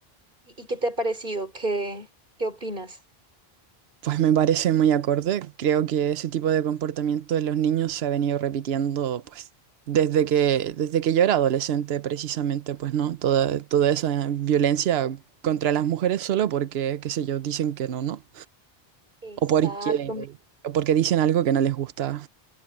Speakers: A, on the right; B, on the right.
A: ¿Y, y qué te ha parecido? ¿Qué, qué opinas?
B: Pues me parece muy acorde, creo que ese tipo de comportamiento de los niños se ha venido repitiendo, pues, desde que, desde que yo era adolescente, precisamente, pues, ¿no? Toda, toda esa violencia contra las mujeres solo porque, qué sé yo, dicen que no, ¿no?
A: Exacto,
B: O porque, o porque dicen algo que no les gusta.